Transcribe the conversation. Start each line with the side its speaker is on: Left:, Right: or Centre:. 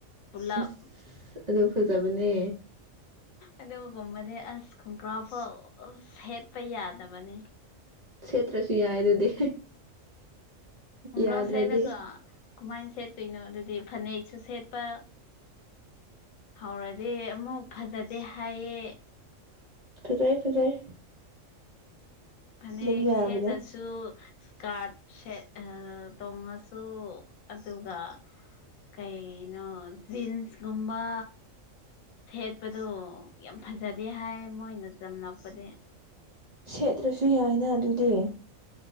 Left: ꯄꯨꯂꯞ
Right: ꯑꯁ ꯑꯗꯨ ꯐꯖꯕꯅꯦ
Left: ꯑꯗꯨꯒꯨꯝꯕꯗꯤ ꯑꯁ ꯈꯣꯡꯒꯔꯥꯎ ꯐꯥꯎ ꯁꯦꯠꯄ ꯌꯥꯗꯕꯅꯤ
Right: ꯁꯦꯠꯇ꯭ꯔꯁꯨ ꯌꯥꯏ ꯑꯗꯨꯗꯤ
Left: ꯈꯣꯡꯒ꯭ꯔꯥꯎ
Right: ꯌꯥꯗ꯭ꯔꯗꯤ
Left: ꯁꯦꯠꯂꯒ ꯀꯃꯥꯏꯅ ꯁꯦꯠꯇꯣꯏꯅꯣ ꯑꯗꯨꯗꯤ ꯐꯅꯦꯛꯁꯨ ꯁꯦꯠꯄ ꯍꯧꯔꯗꯤ ꯑꯃꯨꯛ ꯐꯖꯗꯦ ꯍꯥꯏꯌꯦ
Right: ꯐꯖꯩ ꯐꯖꯩ
Left: ꯐꯅꯦꯛ
Right: ꯑꯗꯨꯝ ꯌꯥꯕꯅꯦ
Left: ꯁꯦꯠꯂ ꯁꯨ ꯏꯁꯀꯥꯔꯠ ꯁꯦꯠ ꯇꯣꯡꯉꯁꯨ ꯑꯗꯨꯒ ꯀꯩꯅꯣ ꯖꯤꯟꯁꯀꯨꯝꯕ ꯁꯦꯠꯄꯗꯣ ꯌꯥꯝ ꯐꯖꯗꯦ ꯍꯥꯏ ꯃꯣꯏꯅ ꯇꯝꯂꯛꯄꯗꯤ
Right: ꯁꯦꯠꯇ꯭ꯔꯁꯨ ꯌꯥꯏꯅ ꯑꯗꯨꯗꯤ